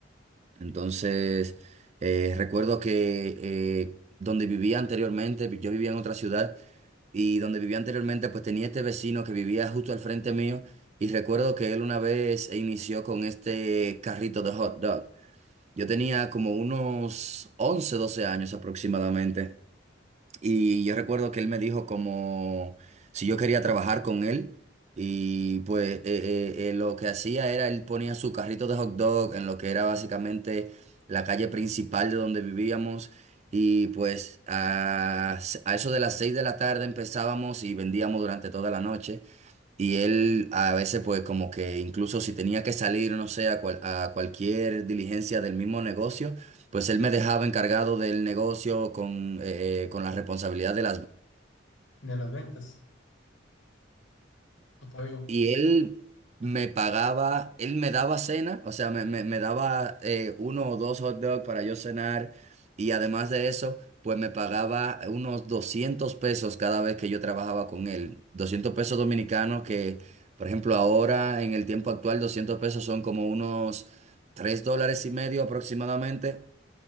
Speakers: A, on the right; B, on the left.
A: Entonces, eh, recuerdo que eh, donde vivía anteriormente, yo vivía en otra ciudad y donde vivía anteriormente, pues tenía este vecino que vivía justo al frente mío y recuerdo que él una vez inició con este carrito de hot dog. Yo tenía como unos 11 12 años aproximadamente. Y yo recuerdo que él me dijo como si yo quería trabajar con él. Y pues eh, eh, eh, lo que hacía era, él ponía su carrito de hot dog en lo que era básicamente la calle principal de donde vivíamos. Y pues a, a eso de las 6 de la tarde empezábamos y vendíamos durante toda la noche. Y él a veces pues como que incluso si tenía que salir, no sé, a, cual- a cualquier diligencia del mismo negocio, pues él me dejaba encargado del negocio con, eh, eh, con la responsabilidad de las
B: de las ventas. Octavio.
A: Y él me pagaba, él me daba cena, o sea, me, me- me daba eh, uno o dos hot dogs para yo cenar. Y además de eso, pues me pagaba unos 200 pesos cada vez que yo trabajaba con él. doscientos pesos dominicanos que, por ejemplo, ahora en el tiempo actual, 200 pesos son como unos 3 dólares y medio aproximadamente.